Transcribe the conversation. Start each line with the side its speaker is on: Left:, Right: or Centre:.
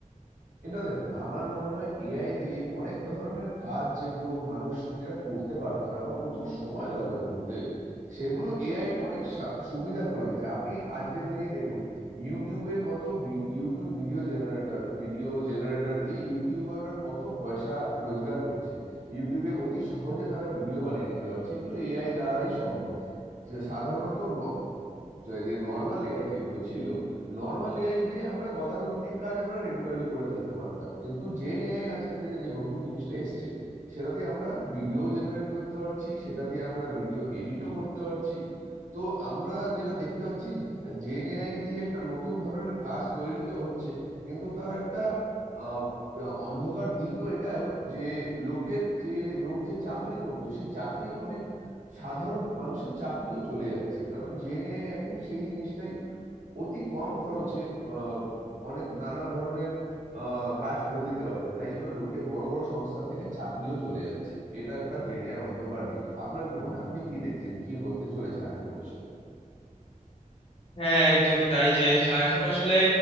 Right: এটা দেখুন আমার মনে হয় এআই দিয়ে অনেক ধরনের কাজ যেগুলো মানুষ যেটা করতে পারতো না বা প্রচুর সময় লাগতো করতে সেগুলো এআই অনেক সা- সুবিধা করে দিয়েছে আপনি আজকের দিনেই দেখুন ইউটিউবে কত ভি- ইউটিউব ভিডিও জেনারেটর ভিডিও জেনারেটর দিয়ে ইউটিউবাররা কত পয়সা রোজগার করছে ইউটিউবে অতি সহজে তারা ভিডিও বানিয়ে নিতে পারছে এগুলো এআই দ্বারাই সম্ভব যে সাধারণত ন- যে নর্মাল এআই যেগুলো ছিল নর্মাল এআই দিয়ে আমরা গতানুগতিক কাজ আমরা রেগুলারলি করে ফেলতে পারতাম কিন্তু জেন এআই আজকের দিনে যে নতুন জিনিসটা এসছে সেটা দিয়ে আমরা ভিডিও জেনারেট করতে পারছি সেটা দিয়ে আমরা ভিডিও এডিটও করতে পারছি তো আমরা যেটা দেখতে পাচ্ছি জেন এআই দিয়ে একটা নতুন ধরনের কাজ তৈরি তো হচ্ছে কিন্তু তার একটা আহ, অন্ধকার দিকও এটাও যে লোকের যে লোক যে চাকরি করতো সে চাকরি অনেক সাধারণ মানুষের চাকরিও চলে যাচ্ছে কারণ জেন এআই এখন সেই জিনিসটাই অতি কম খরচে আহ, অনেক নানান ধরনের আহ, কাজ করে দিতে পারতে তাই জন্য লোকে বড় বড় সংস্থা থেকে চাকরিও চলে যাচ্ছে এটা একটা জেনে আর অন্ধকার দিক আপনার কি মনে হয়? আপনি কি দেখছেন কি হতে চলেছে আগে ভবিষ্যতে
Left: হ্যাঁ একদমই তাই যে আহ, এখন আসলে